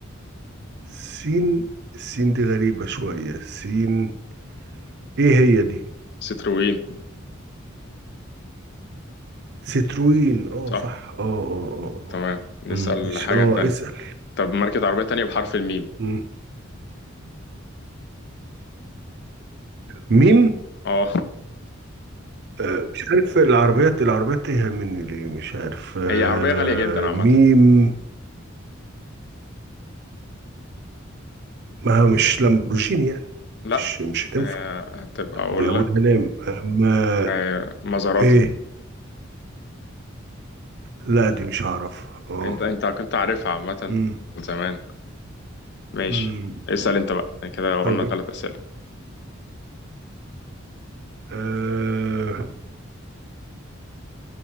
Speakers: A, on the right; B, on the left.
A: سين السين دي غريبة شوية سين ايه هي دي
B: ستروين
A: ستروين اه
B: صح
A: صح اه اه اه
B: تمام
A: آه.
B: نسأل
A: مم، مش
B: حاجة
A: اه
B: تانية
A: اسأل
B: طب ماركة عربية تانية بحرف الميم
A: مم. ميم
B: اه
A: آه، مش عارف العربيات العربيات تايهة مني ليه مش عارف آه،
B: هي عربية غالية جدا عامة
A: ميم ما هو مش لامبورجيني يعني
B: لا
A: مش مش هتنفع
B: آه هتبقى أقول
A: دي أولها
B: لك
A: لام أما
B: آه مزاراتي
A: إيه لا دي مش هعرف اه
B: أنت أنت كنت عارفها عامة
A: مم.
B: زمان ماشي
A: مم.
B: اسأل
A: مم.
B: انت بقى يعني كده
A: طب
B: قلنا
A: إيه؟
B: ثلاث أسئلة
A: آه،